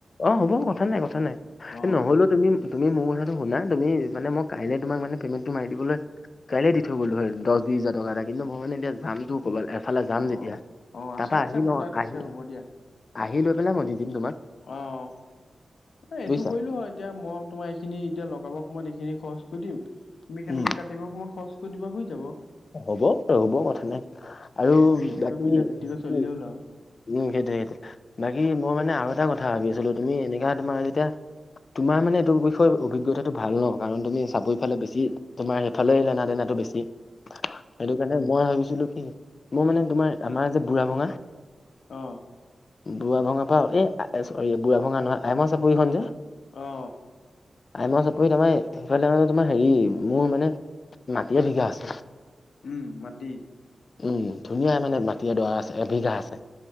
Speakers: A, on the left; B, on the left.
A: অ হ'ব কথা নাই কথা নাই
B: অ
A: নহলেওত তুমি তুমি মোৰ কথাটো শুনা তুমি মে মই কাইলে তোমাক মানে পেমেণ্টটো মাৰি দিবলৈ কাইলৈ দি থৈ গ'লোঁ হয় দহ বিশ হাজাৰ টকা এটা কিন্তু মই মানে এতিয়া যামটোও ক'বাল এফালে যাম যেতিয়া
B: অ অ
A: তা
B: আছে
A: পা
B: আছে
A: আহি ল
B: মোৰ তাত আছে
A: আহি
B: হ'ব দিয়া
A: আহি লৈ পেলাই মই দি দিম তোমাক।
B: অ এইটো
A: বুজিছা।
B: কৰিলো হয় এতিয়া ম- তোমাৰ এইখিনি এতিয়া লগাব সময় এইখিন খৰচ কৰি দিম তুমি
A: উম
B: সেনেকৈ কাট- কাতিব সময়ত খৰচ কৰি দিবা হৈ যাব।
A: হ'ব হ'ব কথা নাই আৰু
B: অ এনেকৈ
A: বাকী
B: মিলা প্ৰীতিকৈ চলিলে
A: কি
B: হ'ল আৰু
A: উম সেইটোয়ে সেই বাকী মই মানে আৰু এটা কথা ভাবি আছিলো তুমি এনেকা তোমাৰ যেতিয়া তোমাৰ মানে এইটো বিষয়ে অভিজ্ঞতাটো ভাল ন কাৰণ তুমি চাবৰিফালে বেছি তোমাৰ সেইফালে লেনা দেনাটো বেছি। সেইটো কাৰণে মই ভাবিছিলো কি মো মানে তোমাৰ আমাৰ যে বুঢ়া ভঙা
B: অ।
A: বুঢ়া ভঙা পা এই চৰি বুঢ়া ভঙা নহয় আইমৰ চাপৰিখন যে।
B: অ।
A: আইমাৰ চাপহি তমাই সেইফালে মানে তোমাৰ হেৰি মোৰ মানে মাটি এবিঘা আছে।
B: উম মাটি।
A: উম ধুনীয়া মানে মাটি এডৰা আছে এবিঘা আছে।